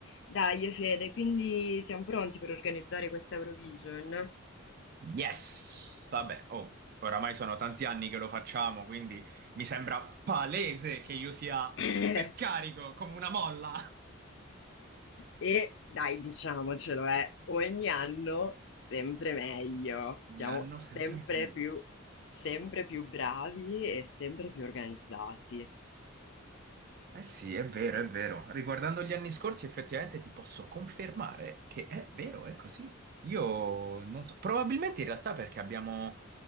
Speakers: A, on the left (about 60°); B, on the right (about 45°).
A: Dai, Fede, quindi siamo pronti per organizzare questa Eurovision?
B: Yes! Vabbè, oh, oramai sono tanti anni che lo facciamo, quindi mi sembra palese che io sia
A: <laughs>
B: super carico come una molla.
A: E dai, diciamocelo, eh, ogni anno sempre meglio, siamo
B: Ogni anno
A: sempre
B: sempre meglio.
A: più, sempre più bravi e sempre più organizzati
B: Eh sì, è vero, è vero. Riguardando gli anni scorsi, effettivamente ti posso confermare che è vero, è così. Io non so, probabilmente in realtà perché abbiamo